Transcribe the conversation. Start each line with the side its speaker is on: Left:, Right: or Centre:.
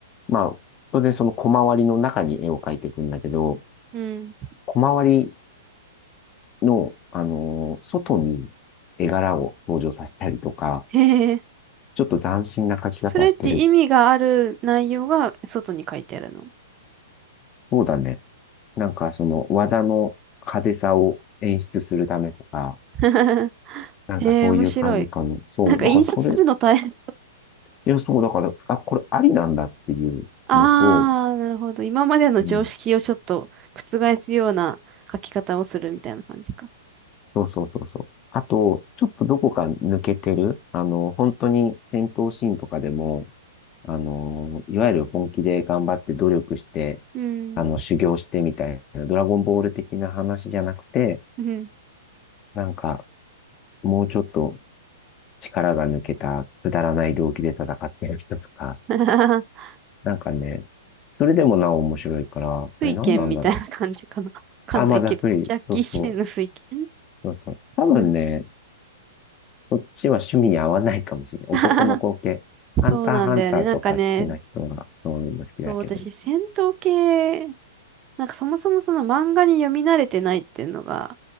Left: まあ、当然そのコマ割りの中に絵を描いていくんだけど、
Right: うん。
Left: コマ割りの、あのー外に絵柄を登場させたりとか、
Right: へえ、
Left: ちょっと斬新な描き方してる
Right: それって意味がある内容が外に書いてあるの
Left: そうだね。なんかその技の派手さを演出するためとか、
Right: <laughs>
Left: なんかそういう感じかな。
Right: へえ、面白い。
Left: そう、
Right: なんか印刷するの大変。
Left: なんかそれ、いや、そう、だから、あ、これありなんだっていうのと、
Right: ああ、なるほど。今までの常識をちょっと覆すような書き方をするみたいな感じか。
Left: うん、そうそうそうそう。あと、ちょっとどこか抜けてる、あの、本当に戦闘シーンとかでも、あの、いわゆる本気で頑張って努力して、
Right: うん。
Left: あの、修行してみたいな、ドラゴンボール的な話じゃなくて、
Right: うん。
Left: なんか、もうちょっと力が抜けた、くだらない動機で戦ってる人とか、
Right: <laughs>
Left: なんかね、それでもなお面白いから、
Right: イケンみたいな感じかな。
Left: あれ何なんだろ
Right: <laughs> わかんないけど。
Left: う。あ、まあ、ざっくり、
Right: ジャッキー・
Left: そうそう、
Right: チェンの水県。
Left: そうそう。多分ね、
Right: うん。
Left: こっちは趣味に合わないかもしれない。
Right: <laughs>
Left: 男の子系。ハンターハンターとか好きな人はそういうの好きだけど。
Right: そうなんだよね。なんかね、そう、私、戦闘系、なんかそもそもその漫画に読み慣れてないっていうのが